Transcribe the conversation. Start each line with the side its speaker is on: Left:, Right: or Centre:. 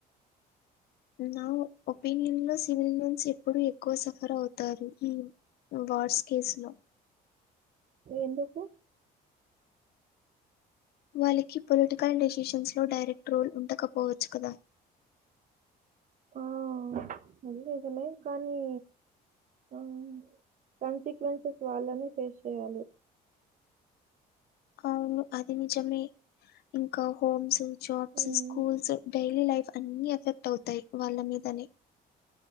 Left: నా ఒపీనియన్ లో సివిలియన్స్ ఎప్పుడు ఎక్కువ సఫర్ అవు తారు వార్స్ కేసు లో
Right: ఎందుకు
Left: వాళ్ళకి పొలిటికల్ డెసిషన్స్లో డైరెక్ట్ రోల్ ఉండకపోవచ్చు కదా
Right: హా అది నిజమే కానీ ఆ కన్సిక్వెన్సెస్ వాళ్ళనే ఫేస్ చేయాలి
Left: అవును అది నిజమే ఇంకా హోమ్స్ జాబ్స్
Right: హ్మ్.
Left: స్కూల్స్ డైలీ లైఫ్ అన్ని ఎఫెక్ట్ అవుతాయి వాళ్ళ మీదనే